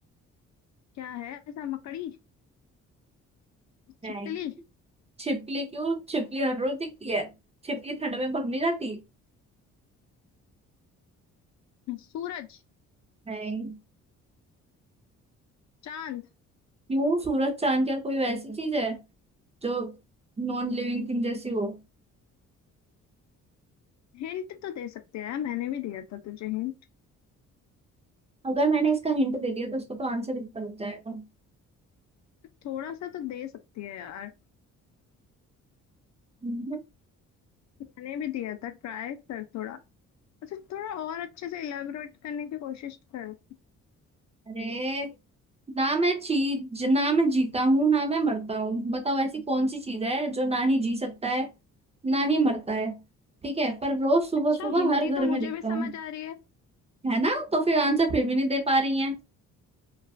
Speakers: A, on the left (about 65°); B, on the right (about 20°).
A: क्या है ऐसा मकड़ी
B: नहीं
A: छिपकली
B: छिपकली क्यों छिपकली हर रोज दिखती है छिपकली ठंड में भाग नहीं जाती
A: सूरज
B: नहीं
A: चांद
B: क्यों सूरज चांद क्या कोई वैसी चीज है जो नॉन लिविंग थिंग जैसी हो
A: हिंट तो दे सकते हैं मैंने भी दिया था तुझे हिंट
B: अगर मैंने इसका हिंट दे दिया तो उसको तो आंसर ही पता जाएगा
A: थोड़ा सा तो दे सकती है यार
B: हम्म,
A: मैंने भी दिया था ट्राई कर थोड़ा अच्छा थोड़ा और अच्छे से इलेबोरेट करने की कोशिश कर
B: अरे ना मैं चीज ना मैं जीता हूँ ना मैं मरता हूँ बताओ ऐसी कौन सी चीज है जो ना ही जी सकता है ना ही मरता है ठीक है पर रोज सुबह
A: अच्छा
B: सुबह
A: हिंदी
B: हर घर
A: तो मुझे
B: में दिखता
A: भी समझ
B: हूँ
A: आ रही है
B: है ना तो फिर आंसर फिर भी नहीं दे पा रही हैं